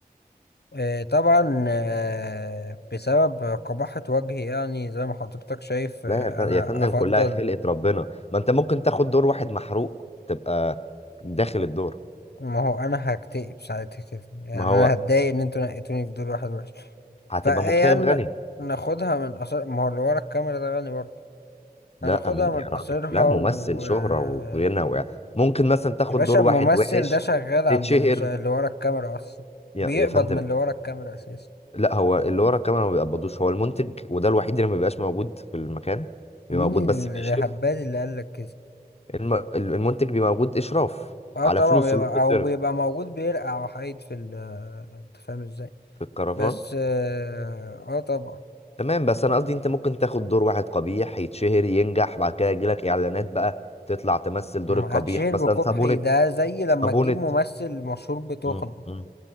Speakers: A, on the left; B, on the left.
A: آه، طبعا آه، بسبب قباحة وجهي يعني زي ما حضرتك شايف آه،
B: لا يا فن-
A: انا
B: يا فندم
A: افضل
B: كلها خلقة ربنا ما انت ممكن تاخد دور واحد محروق تبقى داخل الدور
A: ما هو انا هكتئب ساعتها كده يعني
B: ما
A: انا
B: هو
A: هتضايق ان انتوا نقيتوني في دور واحد وحش
B: هتبقى
A: فيعني
B: مكتئب غني
A: ناخدها من قصر ما هو اللي ورا الكاميرا ده غني برضه
B: لا
A: هناخدها
B: امين
A: من
B: يا راجل
A: قصرها
B: لا
A: و
B: ممثل شهرة
A: آه،
B: وغنى و... ممكن مثلا تاخد
A: يا باشا
B: دور
A: الممثل
B: واحد وحش
A: ده شغال عند
B: تتشهر
A: اللي, شا... اللي ورا الكاميرا اصلا
B: يا
A: بيقبض
B: يا فندم
A: من اللي ورا الكاميرا اساسا
B: لا هو اللي ورا الكاميرا ما بيقبضوش هو المنتج وده الوحيد اللي ما بيبقاش موجود في المكان بيبقى
A: مين
B: موجود بس بيشرف
A: الهبال اللي قال لك كده
B: الم... المنتج بيبقى موجود اشراف
A: اه
B: على
A: طبعا
B: فلوسه
A: بيبقى
B: اللي بتتصرف
A: او بيبقى موجود بيرقع وحيد في ال انت فاهم ازاي
B: في الكرفان
A: بس اه آه طبعا
B: تمام بس انا قصدي انت ممكن تاخد دور واحد قبيح يتشهر ينجح بعد كده يجيلك اعلانات بقى تطلع تمثل دور
A: هتشهر
B: القبيح مثلا
A: بكبحي
B: صابونة
A: ده زي لما
B: صابونة
A: تجيب ممثل مشهور بتخنه
B: مم، مم.